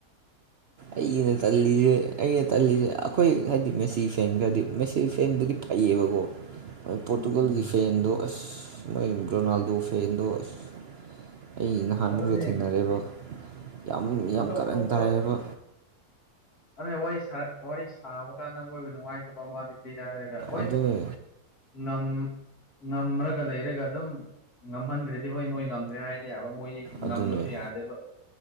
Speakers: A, on the right; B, on the left.
A: ꯑꯩꯩꯅ ꯆꯜꯂꯤꯖꯦ ꯑꯩꯅ ꯇꯜꯂꯤꯖꯦ ꯑꯈꯣꯏ ꯍꯥꯏꯗꯤ ꯃꯦꯁꯤ ꯐꯦꯟ ꯈꯔꯗꯤ ꯃꯦꯁꯤ ꯐꯦꯟꯕꯨꯗꯤ ꯐꯩꯌꯦꯕꯀꯣ ꯄꯣꯔꯇꯨꯒꯜꯒꯤ
B: ꯎꯝ
A: ꯐꯦꯟꯗꯣ ꯑꯁ ꯅꯣꯏ ꯔꯣꯅꯥꯜꯗꯣ ꯐꯦꯟꯗꯣ ꯑꯁ ꯑꯩ ꯅꯍꯥꯟꯃꯨꯛꯁꯨ
B: ꯑꯗꯨꯅꯦ
A: ꯊꯦꯡꯅꯔꯦꯕ ꯌꯥꯝ ꯌꯥꯝ
B: ꯑꯇꯣꯛ
A: ꯀꯥꯔꯟ
B: ꯇꯣꯛꯄ
A: ꯇꯥꯏꯌꯦꯕ
B: ꯑꯗꯨꯅꯦ ꯋꯥꯔꯤ ꯁꯥ ꯋꯥꯔꯤ ꯁꯥꯕ ꯀꯥꯟꯗ ꯃꯣꯏꯕꯨ ꯅꯨꯡꯉꯥꯏꯇꯕ ꯃꯥꯗꯤ ꯅꯤꯗ ꯍꯥꯏꯔꯒ ꯑꯣꯏ
A: ꯑꯗꯨꯅꯦ
B: ꯅꯝ ꯉꯝꯃ꯭ꯔꯒ ꯂꯩꯔꯒ ꯑꯗꯨꯝ ꯉꯝꯍꯟꯒ꯭ꯔꯗꯤ ꯍꯣꯏ ꯅꯣꯏ ꯉꯝꯒ꯭ꯔꯦ ꯍꯥꯏꯔꯗꯤ ꯌꯥꯕ ꯃꯣꯏꯗꯤ ꯉꯝꯔꯁꯨ
A: ꯑꯗꯨꯅꯦ
B: ꯌꯥꯗꯦꯕ